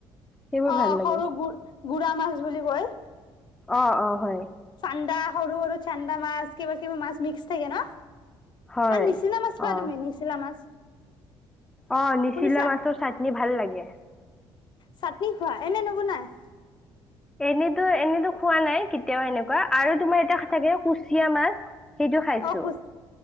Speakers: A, in the centre; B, on the left.
A: সেইবোৰ
B: অ',
A: ভাল লাগে
B: সৰু গু গুৰা মাছ বুলি কয়।
A: অ', অ', হয়।
B: চান্দা, সৰু, সৰু চান্দা মাছ, কিবা-কিবি মাছ মিক্স থাকে ন'।
A: হয়
B: আৰু নিচিলা মাছ খোৱা
A: অ
B: তুমি, নিচিলা মাছ।
A: অ', নিচিলা
B: শুনিছা
A: মাছটোৰ চাটনি ভাল লাগে।
B: চাটনি খোৱা, এনে নবনাই।
A: এনেতো, এনেতো খোৱা নাই, কেতিয়াও এনেকুৱা। আৰু তোমাৰ এটা থাকে কুচিয়া মাছ। সেইটো খাইছো
B: অ', কুচ,